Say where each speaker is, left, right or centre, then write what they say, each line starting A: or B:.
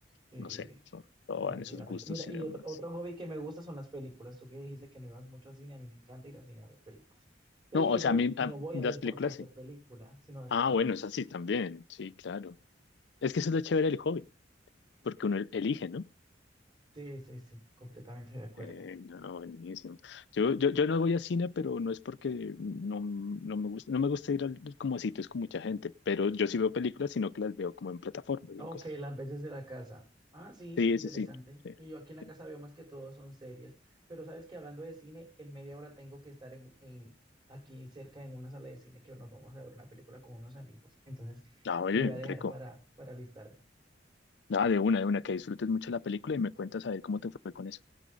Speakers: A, on the right; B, on the left.
A: sí,
B: no sé, son, todo
A: definitivamente.
B: van esos gustos
A: Mira,
B: y
A: y
B: demás.
A: otro, otro hobby que me gusta son las películas. Tú que dijiste que no ibas mucho al cine, a mí me encanta ir al cine a ver películas, pero
B: No, o sea, a mí,
A: no
B: a-
A: voy
B: las
A: a ir
B: películas
A: por cualquier
B: sí.
A: película, sino las
B: Ah,
A: que me
B: bueno,
A: gusten.
B: es así también, sí, claro. Es que eso es lo chévere del hobby, porque uno elige, ¿no?
A: Sí, sí, sí, completamente de acuerdo.
B: Eh, no, buenísimo. Yo, yo, yo no voy a cine, pero no es porque no, no me gusta, no me gusta ir al- como a sitios con mucha gente, pero yo sí veo películas, sino que las veo como en plataformas
A: Ok,
B: y en cosas.
A: las veces de la casa. Ah, sí,
B: Sí,
A: interesante.
B: sí, sí. sí,
A: Yo aquí en la
B: sí.
A: casa veo más que todo son series, pero sabes que hablando de cine, en media hora tengo que estar en, en- aquí cerca en una sala de cine que nos vamos a ver una película con unos amigos. Entonces,
B: Ah, oye,
A: te voy a dejar
B: rico.
A: para, para alistarme.
B: Nada, de una, de una, que disfrutes mucho la película y me cuentas a ver cómo te fue con eso.